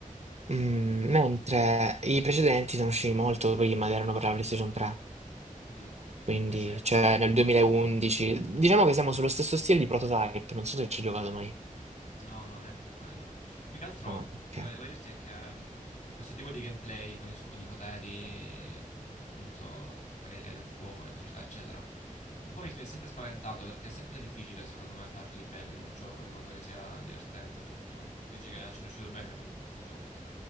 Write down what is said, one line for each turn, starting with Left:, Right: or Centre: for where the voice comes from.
Right: Mm, mentre i precedenti sono usciti molto prima ed erano per la PlayStation 3,
Left: Ho capito.
Right: quindi
Left: E senti,
Right: cioè
Left: mh,
Right: nel 2011. Diciamo che siamo sullo stesso stile di Prototype, non so se ci hai giocato mai.
Left: no, no, neanche quello. Più che altro,
Right: Ah, ok.
Left: quello che devo dirti è che mh, questo tipo di gameplay con i, con i poteri, appunto, magari legati al fuoco, elettricità, eccetera, un po' mi mi è sempre spaventato perché è sempre difficile, secondo me, farli bene in un gioco in modo che sia divertente tutto. Dici che ci è riuscito bene comunque questo gioco, se,